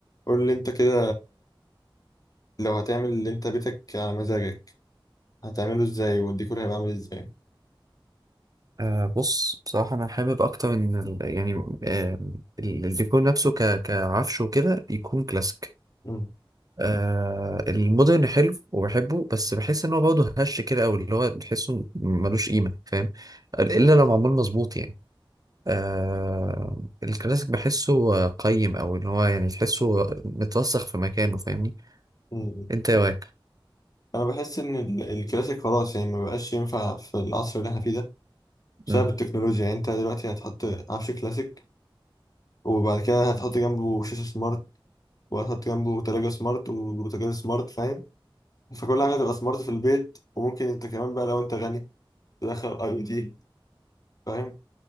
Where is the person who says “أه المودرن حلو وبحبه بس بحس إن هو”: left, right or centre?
Right